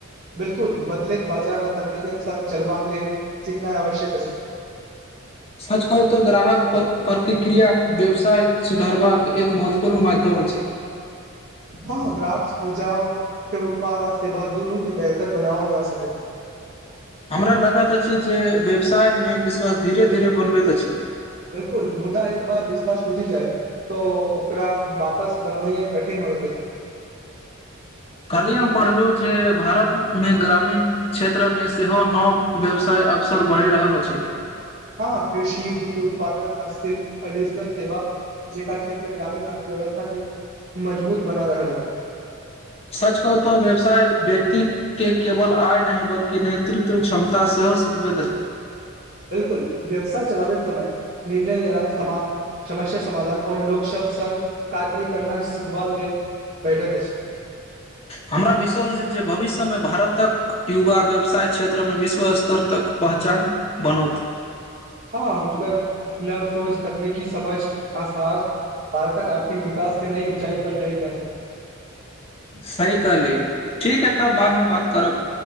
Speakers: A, on the right; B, on the left.
A: बिल्कुल बदलैत बाजार आ तकनीकक संघ चलबाक लेल सिखनाई आवश्यक अछि
B: सच कहू तऽ ग्राहक पर प्रतिक्रिया व्यवसाय सुधारबाक एक महत्वपूर्ण माध्यम अछि
A: हँ ग्राहक उजा से उत्पाद आ सेवा दुनू के बेहतर बनाओल जा सकै
B: हमरा लागत अछि जे व्यवसाय मे विश्वास धीरे धीरे बनबैत अछि
A: बिल्कुल मुद्दा एक बार विश्वास टूटी जाय तो ओकरा वापस बनौनी ह कठिन होयत अछि
B: काल्हि हम पढ़लहु जे भारत मे ग्रामीण क्षेत्र मे सेहो नव व्यवसाय अवसर बढ़ि रहल अछि
A: हँ कृषि दूध उत्पादन हस्त शिल्प आ डिजिटल सेवा जेका क्षेत्र ग्रामीण अर्थव्यवस्था के मजबूत बना रहल अछि
B: सच कहु तऽ व्यवसाय व्यक्ति के केवल आय न बल्कि नेतृत्व क्षमता सेहो शिखबैत अछि
A: बिल्कुल व्यवसाय चलाबे समय निर्णय लेना सम समस्या समाधान और लोक शब्द संघ कार्य करना सिखबा लेल बैठत अछि
B: हमरा विश्वास जे भविष्यमे भारतक युवा व्यवसाय क्षेत्रमे विश्व स्तर तक पहचान बनोत
A: हँ हुनकर नव सोच तकनीकी समझ आ साहस भारतक आर्थिक विकास के नई ऊचाई पर लए जा सकै <inaudible>
B: सही कहलियै ठीक है तब बादमे बात करब